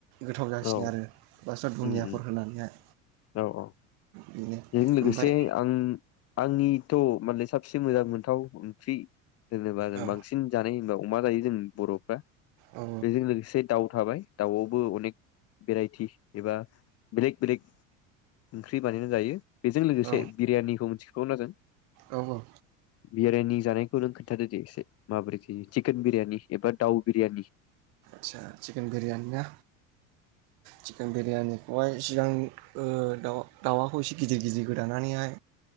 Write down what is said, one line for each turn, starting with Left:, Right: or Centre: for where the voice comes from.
Right: गोथाव जासिनो
Left: औ
Right: आरो बास दुनियाफोर
Left: उम उम
Right: होनानैहाय
Left: औ औ
Right: बेनो
Left: बेजों लोगोसे
Right: ओमफ्राय
Left: आं आंनि थ' मालाय साबसिन मोजां मोनथाव ओंख्रि जेनेबा जों
Right: औ
Left: बांसिन जानाय होनबा अमा जायो जों बर'फ्रा
Right: औ
Left: बेजों लोगोसे दाउ थाबाय दाउआवबो अनेक भेराइटि एबा बेलेक बेलेग ओंख्रि बानायनानै जायो बेजों लोगोसे
Right: औ
Left: बिरियानिखौ मिथि खौनो जों
Right: औ औ
Left: बिरियानि जानायखौ नों खोनन्थादो दे एसे माबोरै जायो चिकेन बिरियानि एबा दाउ बिरियानि
Right: आसा चकेन बिरियानि ना चिकेन बिरियानिखौहाय सिगां ओ दाउ दाउआखौ एसे गिदिर गिदिर गोदानानैहाय